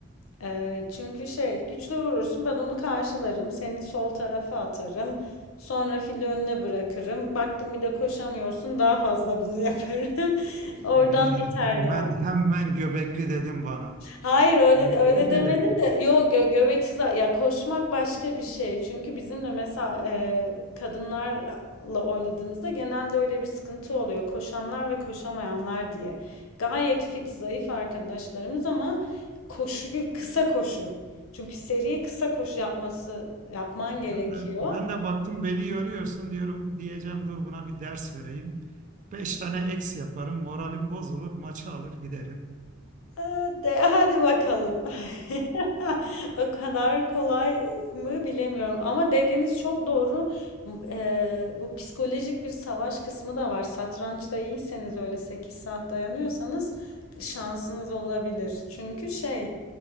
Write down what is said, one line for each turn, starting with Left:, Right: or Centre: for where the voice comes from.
Left: Ee, çünkü şey güçlü vurursun ben onu karşılarım. Seni sol tarafa atarım. Sonra fili önüne bırakırım. Baktım bir de koşamıyorsun daha fazla bunu yaparım. <laughs> Oradan
Right: Yani
Left: biter
Right: hemen
Left: yani.
Right: hemen göbekli dedim bana.
Left: Hayır öyle öyle
Right: Teşekkür
Left: demedim
Right: ederim.
Left: de yok gö göbeksiz ya koşmak başka bir şey. Çünkü bizimle mesela e, kadınlarla oynadığımızda genelde öyle bir sıkıntı oluyor. Koşanlar ve koşamayanlar diye. Gayet fit, zayıf arkadaşlarımız ama koşuyu kısa koşu. Çünkü seri kısa koşu yapması yapman gerekiyor.
Right: Ben de, ben de baktım beni yoruyorsun diyorum diyeceğim dur buna bir ders vereyim. Beş tane eks yaparım moralim bozulur maçı alır giderim.
Left: Eee, De, hadi bakalım. <laughs> O kadar kolay mı bilemiyorum. Ama dediğiniz çok doğru. M- e, bu psikolojik bir savaş kısmı da var. Satrançta iyiyseniz öyle 8 saat dayanıyorsanız şansınız olabilir. Çünkü şey